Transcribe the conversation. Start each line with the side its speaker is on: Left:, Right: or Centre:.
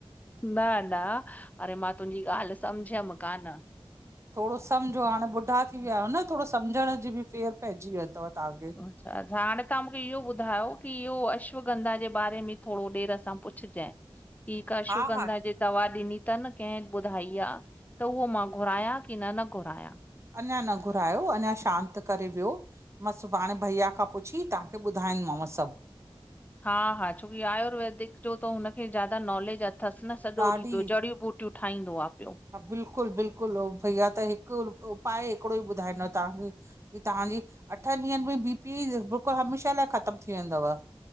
Left: न न अरे मां तुंहिंजी ॻाल्हि सम्झियमि कान।
Right: थोरो समुझो हाणे ॿुढा थी विया आहियो न थोरो समुझण जी बि फेर पइजी वियो तव तव्हांखे।
Left: अच्छा हाणे तव्हां मुखे इहो ॿुधायो कि इहो अश्वगंधा जे बारे में थोरो ॾेरि सां पुछ पुछजाए कि अश्वगंधा
Right: हा हा
Left: जे दवा ॾिनी तनि कंहिं ॿुधाई आ त उहो मां घुरायां कि न न घुरायां।
Right: अञा न घुरायो, अञा शांत करे वियो। मां सुभाणे भईया खां पुछी तव्हांखे ॿुधाईंदमांव सभु।
Left: हा-हा छोकि आयुर्वेदिक, जो त हुनखे ज्यादा नॉलेज अथसि न सॼो
Right: ॾाढी
Left: ॾींहुं पियो जड़ियूं ॿू टियूं थाइदो आ पियो।
Right: हा बिल्कुलु बिल्कुलु भैया त हिकु उपाय हिकिड़ो ई ॿुधाईंदव तव्हांखे। तव्हांजी अठनि ॾींहंनि में बी पी बिल्कुलु, हमेशा लाइ ख़तमु थी वेंदव।